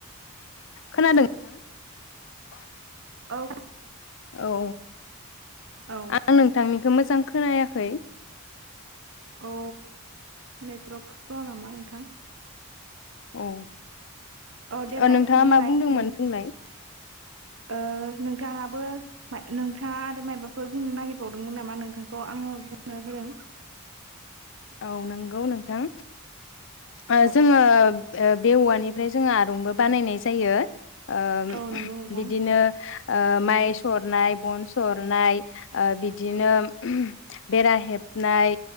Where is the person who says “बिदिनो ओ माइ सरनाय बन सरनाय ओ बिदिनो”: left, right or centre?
Left